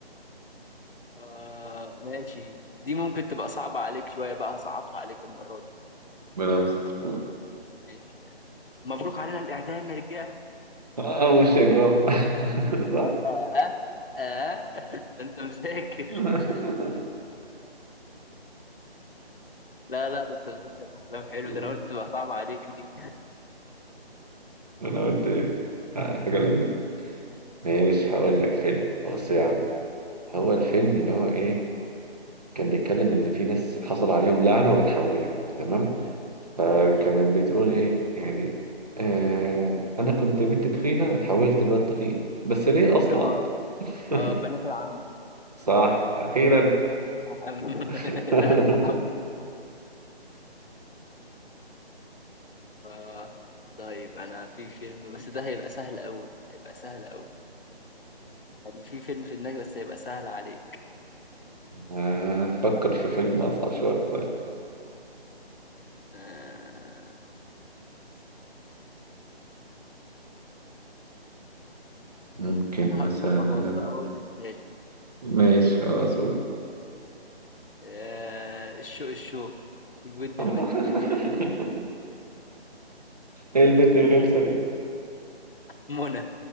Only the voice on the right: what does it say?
ربنا يستر قول
<laughs> اه وش يا جرام <laughs> صح
<laughs>
لا.
انا قلت ايه آه، حاجه لذيذه ماشي هقول لك فيلم بص يا عم هو الفيلم اللي هو ايه كان بيتكلم ان في ناس حصل عليهم لعنه وتحولوا تمام فكانت
بتقول ايه يعني آه انا كنت بنت تخينه اتحولت لواد تخين بس ليه اصلع
<laughs>
صح أخيرا
<laughs>
آه، فكر في فيلم أصعب شوية طيب
ممكن
مثلا
ماشي خلاص قول
<laughs>
إيه البت الغلسة دي؟